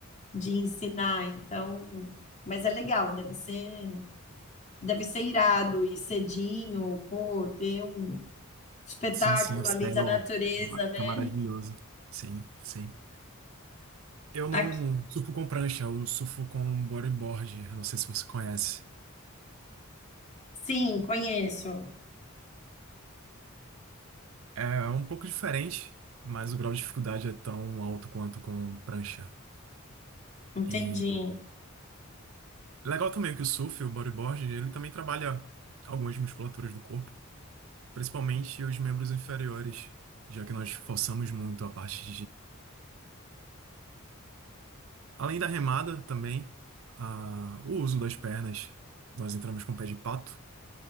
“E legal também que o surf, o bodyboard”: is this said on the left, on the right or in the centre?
Right